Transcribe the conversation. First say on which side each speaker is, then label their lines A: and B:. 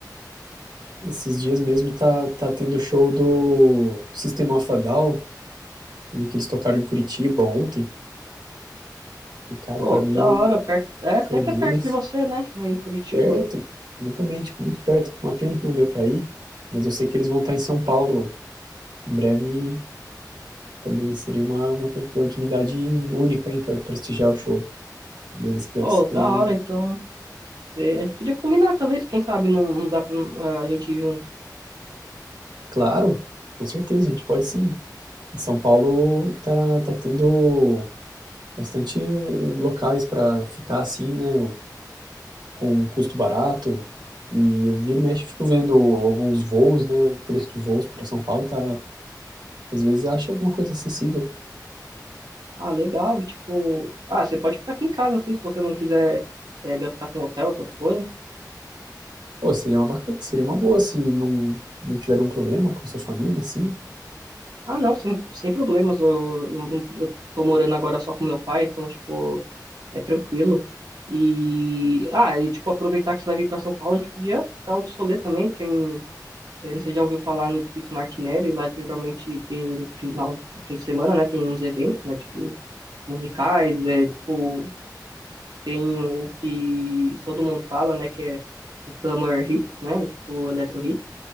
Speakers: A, on the right; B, on the right.
A: Esses dias mesmo tá, tá tendo show do System of a Down. Eu vi que eles tocaram em Curitiba ontem. E, cara,
B: Pô,
A: pra mim
B: que da
A: o
B: hora, perto, é, até
A: show
B: que
A: deles
B: é perto de você, né? Aí em Curitiba.
A: perto, exatamente, tipo, muito perto. Uma pena que não deu pra ir, mas eu sei que eles vão estar em São Paulo em breve e também seria uma, uma oportunidade única, hein, pra prestigiar o show deles, que deve
B: Oh,
A: ser,
B: da hora, então. Cê- a gente podia combinar, talvez, quem sabe não, não dá pra eh, a gente ir junto.
A: claro, com certeza, a gente pode sim. Em São Paulo tá, tá tendo bastante locais pra ficar assim, né? com custo barato. E eu vira e mexe, fico vendo alguns voos, né? O preço de voos para São Paulo tá, às vezes acha alguma coisa acessível.
B: Ah, legal, tipo. Ah, você pode ficar aqui em casa, assim, se você não quiser eh, gastar com hotel, essas coisas.
A: Pô, seria uma bacana, seria uma boa se não não tiver nenhum problema com sua família, assim.
B: Ah, não, sem, sem problemas. Eu, eu, eu tô morando agora só com meu pai, então, tipo, é tranquilo. E. Ah, e, tipo, aproveitar que você vai vir pra São Paulo, a gente podia dar outro solê também. Tem, eh, não sei se já ouviu falar no Edifício Martinelli, lá geralmente tem final, fim de semana, né? Tem uns eventos, né? Tipo. musicais, é, tipo, tem o que todo mundo fala, né, que é o Summer Hits, né, tipo, o Electro Hits,